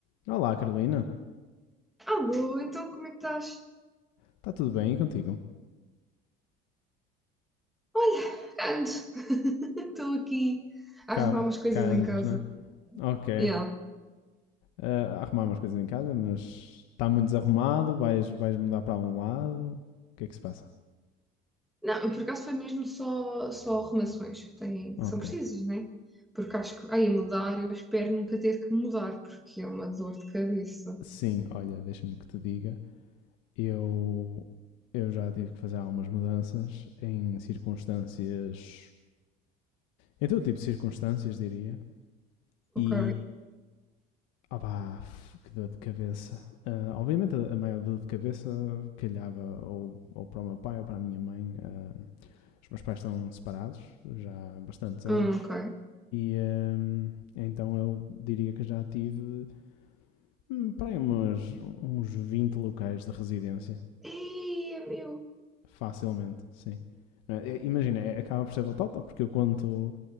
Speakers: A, on the left; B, in the centre.
A: Olá, Carolina.
B: Alô, então como é que estás?
A: Está tudo bem e contigo?
B: Olha, ando. <laughs> Estou aqui a
A: Cá,
B: arrumar umas coisas
A: cá
B: em
A: andas,
B: casa.
A: né? Ok.
B: Yeah.
A: Ah, a arrumar umas coisas em casa, mas está muito desarrumado. Vais, vais mudar para um lado. O que é que se passa?
B: Não, por acaso foi mesmo só, só arrumações que, têm,
A: Ok.
B: que são precisas, né? Porque acho que, ai, mudar, eu espero nunca ter que mudar, porque é uma dor de cabeça.
A: Sim, olha, deixa-me que te diga. Eu, eu já tive que fazer algumas mudanças em circunstâncias. Em todo tipo de circunstâncias, diria.
B: Ok?
A: E. Opá, f- que dor de cabeça. Ah, obviamente, a a maior dor de cabeça calhava ou, ou para o meu pai ou para a minha mãe. ah, Os meus pais estão separados já há bastantes anos
B: Hum, ok.
A: e hum, então eu diria que já tive hum, para aí umas, uns 20 locais de residência,
B: Ei, é meu.
A: facilmente, sim. Não é? É, Imagina, é- acaba por ser batota, porque eu conto,